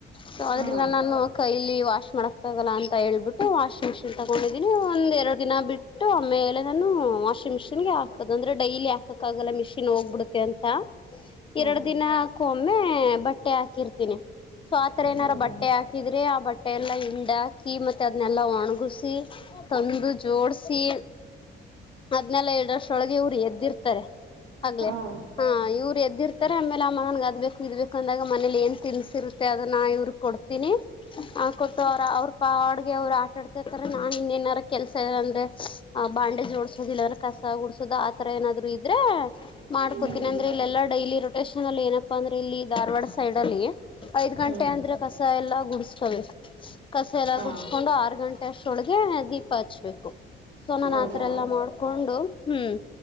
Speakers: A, on the left (about 25°); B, on the right (about 70°).
A: ಸೊ ಅದ್ರಂದ
B: ಹಾ
A: ನಾನು ಕೈಲ್ಲಿ ವಾಶ್ ಮಾಡಕ್ಕ್ಕಗಲ್ಲ ಅಂತ ಹೇಳ್ಬಿಟ್ಟು ವಾಶ್ ತಗೊಂಡಿದೀನಿ ಒಂದ್ ಎರಡು ದಿನ ಬಿಟ್ಟು ಆಮೇಲೆ ನಾನು ವಾಷಿಂಗ್ ಮಿಷನ್ಗೆ ಹಾಕದ ಅಂದ್ರೆ ೈಲಿ ಹಾಕ ಕ್ಕಾಗಲ್ಲ ಮಿಷಿನ್ ಹೋಗ್ಬಿಡುತ್ತೆ ಅಂತ
B: ಹ್ಮ
A: ಎರಡ್ ದಿನಕ್ಕ ಒಮ್ಮೆ ಬಟ್ಟೆ ಹಾಕಿರ್ತಿನಿ ಸೊ ಆತರ ಏನಾರ
B: ಹೌದಾ
A: ಬಟ್ಟೆ ಹಾಕಿದ್ರೆ ಆ ಬಟ್ಟೆ ಎಲ್ಲಾ ಹಿಂಡಾಕಿ ಮತ್ತೆ ಅದನೆಲ್ಲಾ ಒಣಗುಸಿ ತಂದು ಜೋಡ್ಸಿ ಹದ್ನಲ್ಲ ಎಏಡ್ ವರ್ಷೊಳಗೆ ಇವ್ರು ಎದ್ದಿರ್ತಾರೆ ಆಗ್ಲೆೇ
B: ಹಾ ಹಾ
A: ಹಾ ಇವ್ ಎದ್ದಿರ್ತಾರೆ ಆಮೇಲೆ ಆಮ್ಮ ನನ್ಗೆ ಅದ್ಬೇಕು ಇದ್ಬೇಕು ಅಂದಾಗ ಮನೇಲಿ ಏನ್ ತಿನ್ಸಿರುತ್ತ ಮ ಅದನ್ನ ಇವ್ರ ಕೊಡ್ತೀನಿ ಕೊಟ್ಟು ಅವ್ರ ಅವ್ರ ಪಾಡ್ಗೆ ಅವ್ರು ಆಟಾಡ್ತತರ ನಾ ಇನ್ನ ಏನಾರ ಕೆಲ್ಸ ಇ ಅಂದ್ರೆ ಆ ಬಾಂಡೇಜ್ ಓಡಸೋದ ಇಲ್ಲಾಂದ್ರ ಕಸ ಓಡಸೋದು ಆತರ ಏನಾದ್ರು ಇದ್ರೆ ಮಾಡ್ಕೋತೀನಿ
B: ಹ್ಮ್
A: ಅಂದ್ರೆ ಇಲ್ಲೆಲ್ಲಾ ಡೈಲಿ ರೊಟೇೇಶನ್ ಅಲ್ಲಿ ಏನಪ್ಪಾ ಅಂದ್ರೆ ಇಲ್ಲಿ ಧಾರ್ವಾಡ ಸೈಡ್ ಅಲ್ಲಿ ಐದ್ ಗಂಟೆ
B: ಹ್ಮ್
A: ಅಂದ್ರೆ ಕಸ ಎಲ್ಲಾ ಗುಡ್ಸ್ಕೋಬೇಕು ಕಸ ಎಲ್ಲಾ
B: ಹಾ
A: ಗುಡ್ಸ್ಕೊಂಡು ಆರ್ ಗಂಟೆ ಷ್ಟ್ರೊಳಗೆ ದೀಪ ಹಚ್ಬೇಕು ಸೊ ನಾನ
B: ಹೌದಾ
A: ಆತರ ಎಲ್ಲಾ ಮಾಡ್ಕೊಂಡು ಹ್ಮ್